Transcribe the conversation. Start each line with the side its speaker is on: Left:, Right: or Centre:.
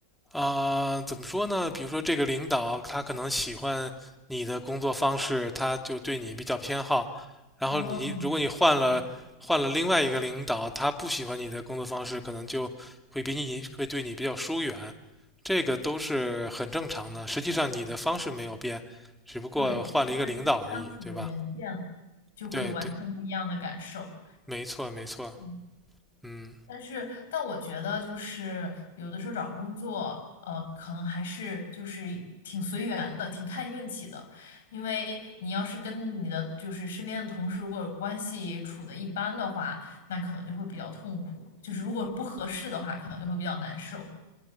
Centre: 啊、怎么说呢？比如说这个领导他可能喜欢你的工作方式，他就对你比较偏好。然后你如果你换了换了另外一个领导，
Left: 哦，是这样
Centre: 他不喜欢你的工作方式，可能就会比你会对你比较疏远。这个都是很正常的。实际上你的方式没有变，只不过换了一个领导而已，
Left: 对，就是跟你相处的人变了，
Centre: 对吧？
Left: 就会有完全不一样的感受。
Centre: 对对，没错没错。
Left: 嗯，
Centre: 嗯
Left: 但是，但我觉得就是有的时候找工作，呃，可能还是就是挺随缘的，挺看运气的。因为你要是跟你的就是身边的同事如果关系处的一般的话，那可能就会比较痛苦。就是如果不合适的话，可能就会比较难受。